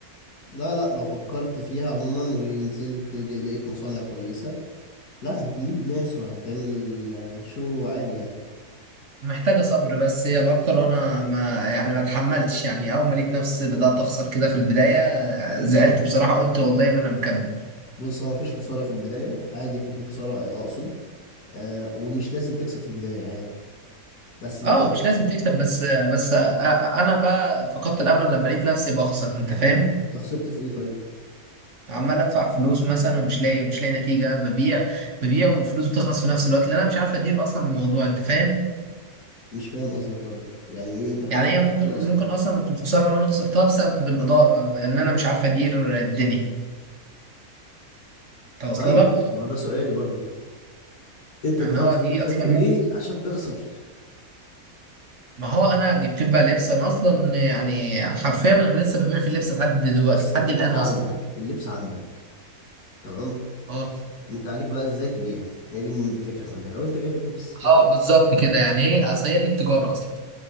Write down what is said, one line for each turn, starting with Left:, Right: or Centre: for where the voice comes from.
Left: لا لا لو فكرت فيها عموما ونزلت ج- لقيت مصانع كويسة لا هتجيب ناس وهتعمل آه، شو عالي يعني
Right: محتاجه صبر بس هي الاكتر وانا ما يعني ما اتحملتش يعني اول ما لقيت نفسي بدات اخسر كده في البدايه زعلت بصراحه قلت والله ما انا مكمل
Left: بص هو مفيش خسارة في البداية عادي يكون في خسارة أقصد آه ومش لازم تكسب في البداية عادي بس بعدين
Right: اه
Left: هتكسب
Right: مش لازم تكسب بس بس أ- انا بقى فقدت الامل لما لقيت نفسي بخسر انت فاهم
Left: أنت خسرت في إيه طيب؟
Right: عمال ادفع فلوس مثلا ومش لاقي مش لاقي نتيجه ببيع ببيع والفلوس بتخلص في نفس الوقت لان انا مش عارف ادير اصلا الموضوع انت فاهم
Left: مش فاهم قصدك برضه يعني إيه أنت بتدفع
Right: يعني هي
Left: فلوس
Right: ممكن
Left: في إيه أصلا؟
Right: ممكن اصلا تكون الخساره اللي انا خسرتها بسبب الاداره ان انا مش عارف ادير الدنيا توصل
Left: طيب
Right: لك
Left: ما ده سؤالي برضه انت
Right: يعني
Left: دفعت
Right: هو
Left: فلوسك
Right: دي اصلا
Left: في ايه
Right: ممكن
Left: عشان تخسر
Right: ما هو انا جبت بقى لبس انا اصلا يعني حرفيا انا لسه ببيع في اللبس لحد دلوقتي
Left: بص
Right: لحد
Left: اللبس
Right: الان اصلا
Left: عندك اللبس عندك تمام
Right: اه
Left: أنت عليك بقى إزاي تبيع هي دي الفكرة كلها لو أنت جايب اللبس فخلاص
Right: اه بالظبط كده يعني ايه اصل هي دي التجاره اصلا